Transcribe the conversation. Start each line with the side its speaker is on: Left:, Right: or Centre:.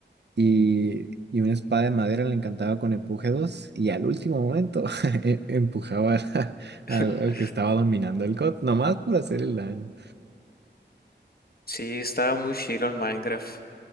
Right: y, y una espada de madera la encantaba con empuje 2 y al último momento <laughs> e- empujaba a-
Left: <laughs>
Right: al, al que estaba dominando el COD, nomás por hacer el daño.
Left: Sí, estaba muy chilo el Minecraft.